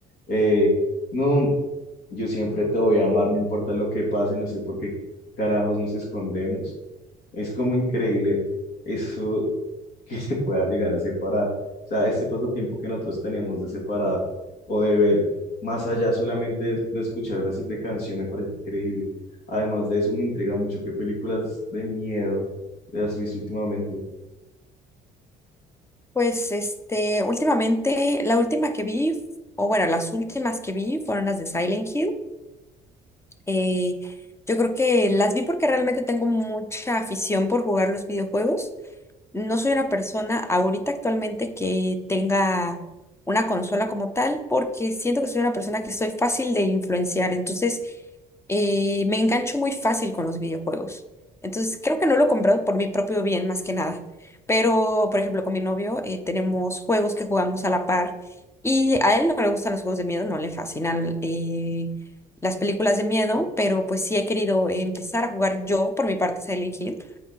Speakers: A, on the left; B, on the left.
A: eh, no, yo siempre te voy a amar, no importa lo que pase, no sé por qué carajos nos escondemos, es como increíble eso <laughs> que se pueda llegar a separar. O sea, este pasatiempo que nosotros tenemos de separar o de ver más allá solamente de, de escuchar una simple canción me parece increíble. Además de eso, me intriga mucho qué películas de miedo has visto últimamente.
B: Pues, este, últimamente, la última que vi, o bueno, las últimas que vi fueron las de Silent Hill. Eh, yo creo que las vi porque realmente tengo mucha afición por jugar los videojuegos. No soy una persona ahorita actualmente que tenga una consola como tal, porque siento que soy una persona que soy fácil de influenciar. Entonces, eh, me engancho muy fácil con los videojuegos. Entonces, creo que no lo he comprado por mi propio bien, más que nada. Pero, por ejemplo, con mi novio eh, tenemos juegos que jugamos a la par y a él no le gustan los juegos de miedo, no le fascinan eh, las películas de miedo, pero pues sí he querido empezar a jugar yo por mi parte Silent Hill.